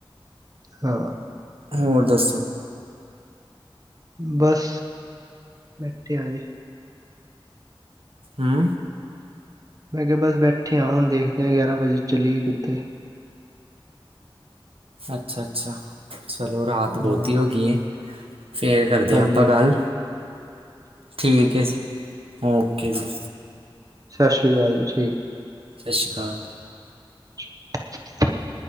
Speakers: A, on the right; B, on the right.
A: ਹਾਂ।
B: ਹੋਰ ਦੱਸੋ?
A: ਬਸ, ਬੈਠੇ ਆ ਜੀ।
B: ਹੂੰ।
A: ਮੈਂ ਕੇਆ ਬਸ ਬੈਠੇ ਆਂ, ਹੋਨ ਦੇਖਦੇ ਆਂ ਗੇਆਰਾਂ ਵਜੇ ਚੱਲੀਈ ਕਿੱਥੇ।
B: ਅੱਛਾ, ਅੱਛਾ ਚਲੋ ਰਾਤ ਬੋਤੀ
A: ਹਾਂ,
B: ਹੋ ਗਈ ਏ। ਫੇਰ ਕਰਦੇ
A: ਹਾਂਜੀ
B: ਆ ਆਪਾਂ ਗੱਲ ਠੀਕ ਏ ਜੀ ਓਕੇ ਜੀ।
A: ਸਾਸਰੀ ਕਾਲ ਜੀ ਠੀਕ।
B: ਸਾਸੀ ਕਾਲ।
A: <inaudible>